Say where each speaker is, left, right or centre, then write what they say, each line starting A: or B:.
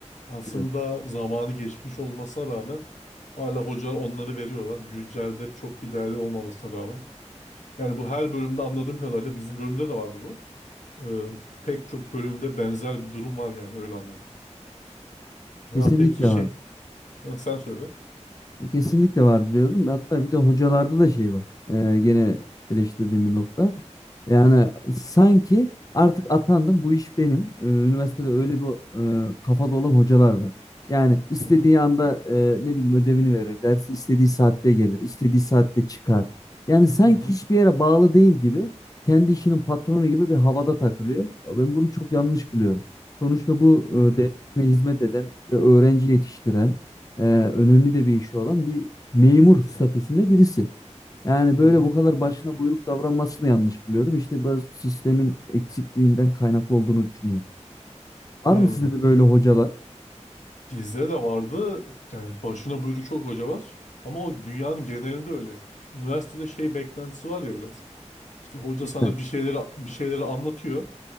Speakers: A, on the left (about 85°); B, on the left (about 30°).
A: Aslında
B: Evet.
A: zamanı geçmiş olmasına rağmen hala hocalar onları veriyorlar. Güncelde çok bir değerli olmamasına rağmen. Yani bu her bölümde anladığım kadarıyla bizim bölümde de vardı bu. Ee, pek çok bölümde benzer bir durum var yani öyle anladım. Ya
B: Kesinlikle
A: peki şey,
B: var.
A: ha, sen söyle.
B: E, Kesinlikle vardı diyordum. Hatta bir de hocalarda da şey var. E, gene eleştirdiğim bir nokta. Yani sanki artık atandım bu iş benim. E, üniversitede öyle bir e, kafada olan hocalar var. Yani istediği
A: Hı hı
B: anda e, ne bileyim ödevini verir. Dersi istediği saatte gelir. istediği saatte çıkar. Yani sanki
A: hı hı
B: hiçbir yere bağlı değil gibi kendi işinin patronu gibi bir havada takılıyor. Ya Ben bunu çok yanlış buluyorum. Sonuçta bu e,
A: hı
B: devletine hizmet eden ve öğrenci yetiştiren e, önemli de bir işi olan bir memur statüsünde birisi. Yani böyle
A: hı hı.
B: bu kadar başına buyruk davranmasını yanlış buluyorum. İşte biraz sistemin eksikliğinden kaynaklı olduğunu düşünüyorum. Var
A: hı.
B: mı sizde de böyle hocalar?
A: Bizde de vardı yani başına buyruk çok hoca var ama o dünyanın genelinde öyle. Üniversitede şey beklentisi var ya biraz. İşte hoca
B: Güzel.
A: sana bir şeyleri bir şeyleri anlatıyor.